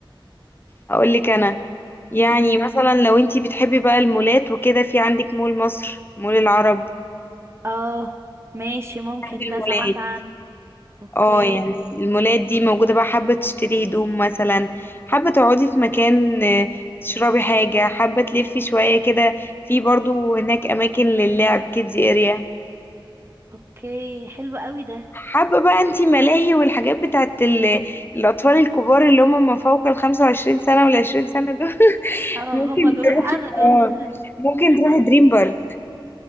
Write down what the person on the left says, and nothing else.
اقول لك انا يعني
مثلا لو انتي بتحبي بقى المولات وكده في عندك مول مصر مول العرب
بحب المولات
اه يعني المولات دي موجودة بقى حابة تشتري هدوم مثلا حابة تقعدي في مكان آه، تشربي حاجة حابة تلفي شوية كده في برضو هناك أماكن للعب كيدز اريا
حابة بقى انتي ملاهي والحاجات بتاعت ال- الأطفال الكبار اللي هم ما فوق الخمسة وعشرين سنة والعشرين سنة دول <laughs>
ممكن
تروحي
اه
ممكن تروحي دريم بارك